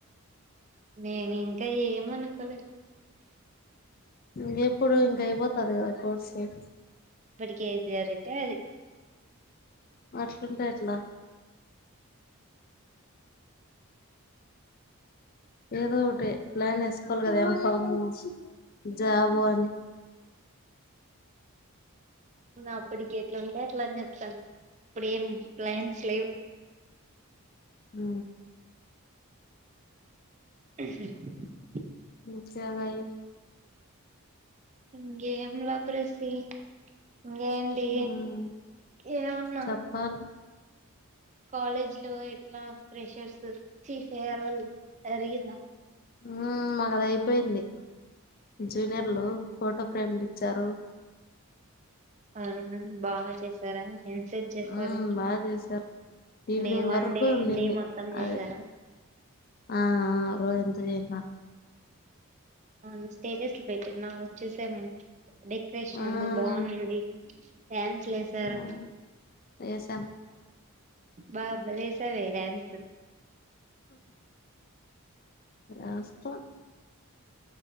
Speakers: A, on the right; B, on the left.
A: నేను ఇంకా ఏమ అనుకోలేదు.
B: ఇంకెప్పుడు ఇంక అయిపోతది కదా ఇ సేఫ్
A: కేజిర అయితే అది
B: వర్షంటట్లా ఏదో ఒకటి ప్లాన్ వేసుకోవాలి. కదా ఎంఫము జాబు అని.
A: అప్పటికి ఎట్లా ఉంటే అట్లా అని చెప్తాను, ఇప్పుడు ఏం ప్లాన్స్ లేవు.
B: ఉ
A: ఆ <unintelligible>
B: నిచ్చ భయి <unintelligible>
A: ఇంకేంల ప్రెసి ఇంకేంటి
B: ఉమ్,
A: ఏమన్నా
B: చెప్పాలి
A: కాలేజ్ లో ఎట్లా ప్రెషర్స్ చీ ఫేర్వాల్ జరిగిందా
B: హూ మాకది అయిపోయింది జూనియర్లు ఫోటో ఫ్రేమ్లు ఇచ్చారు
A: అవునా ఫ్రెండ్ బా చేసారా ఎంతసేపు చేసారు
B: ఆ బాగా చేసారు ఈవినింగ్
A: డే వన్
B: వరకు
A: డే
B: ఉండింది
A: డే మొత్తం చేసారా
B: అదే ఆ ఆ రోజంతా చేసిన
A: అవును స్టేటస్ లో పెట్టినవ్ చూసాము డెకరేషన్
B: మ్మ్
A: అందు బాగుండింది థ్యాంస్లే సార్
B: అవును చేసాం
A: బా భలే సావే డాన్స్
B: ఏస్తాం